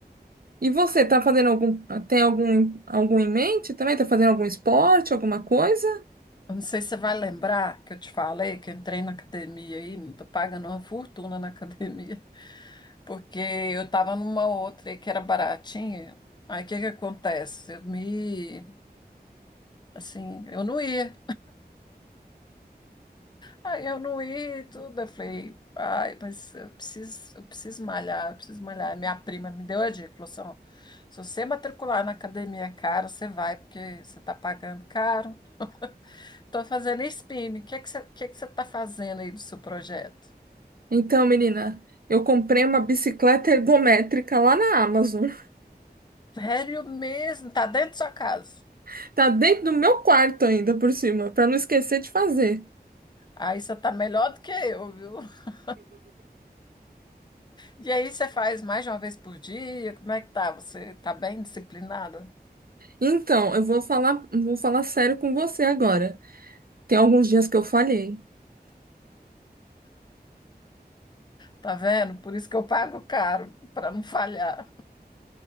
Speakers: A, on the right; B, on the left.
A: E você, tá fazendo algum, tem algum, algum em mente também? Tá fazendo algum esporte, alguma coisa?
B: Eu não sei se você vai lembrar que eu te falei que eu entrei na academia aí, não tô pagando uma fortuna na <laughs> academia, porque eu tava numa outra aí que era baratinha. Aí o que que acontece? Eu me, assim, eu não ia. Aí eu não ia e tudo. Eu falei, ai, mas eu preciso, eu preciso malhar, eu preciso malhar. Minha prima me deu a dica, falou assim, ó, se você matricular na academia cara, você vai, porque você está pagando caro. Estou fazendo spinning. O que é que você, o que é que você está fazendo aí do seu projeto?
A: Então, menina, eu comprei uma bicicleta ergométrica lá na Amazon.
B: Sério mesmo, tá dentro da sua casa.
A: <laughs> Tá dentro do meu quarto ainda por cima, pra não esquecer de fazer.
B: Aí você tá melhor do que eu, viu? <laughs> E aí você faz mais de uma vez por dia? Como é que tá? Você tá bem disciplinada?
A: Então, eu vou falar, vou falar sério com você agora. Tem alguns dias que eu falhei.
B: Tá vendo? Por isso que eu pago caro, para não falhar.